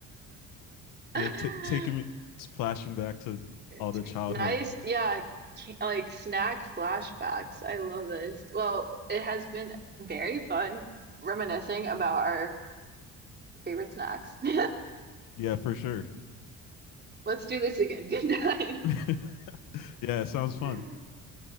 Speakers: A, on the left; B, on the right.
A: Yeah,
B: <laughs>
A: ta taking me flashing back to
B: It's
A: all the childhood.
B: nice. Yeah, ca- like snack flashbacks. I love this. Well, it has been very fun reminiscing about our favorite snacks. <laughs>
A: Yeah, for sure.
B: Let's do this again. <laughs> Good night.
A: <laughs> yeah, it sounds fun.
B: <laughs>